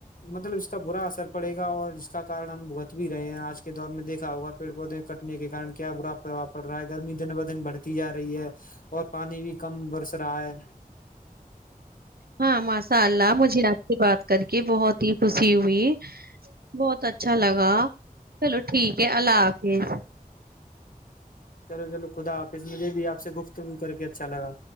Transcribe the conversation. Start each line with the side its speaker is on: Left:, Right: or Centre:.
Left: مطلب اس کا برا اثر پڑے گا اور ج کا کن ہم بھگت بھی رہے ہیں آج کے دور میں دھا ہوگا پیڑ پودے کٹنے کے کن کیا برا پربؤ پڑ رہا ہے گرمی دن ب دن بڑھتی جا رہی ہے اور پانی بھی کم برس رہا ہے
Right: ہاں ماشاء اللہ مجھے آپ سے بات کر کے بہت ہی توسی بھی بہت اچھا اچھا لگا چلو ٹھیک ہے اللہ حافظ
Left: چلو چلو خدا حافظ مجھے بھی آپ سے گفتگو کر کے اچھا لگا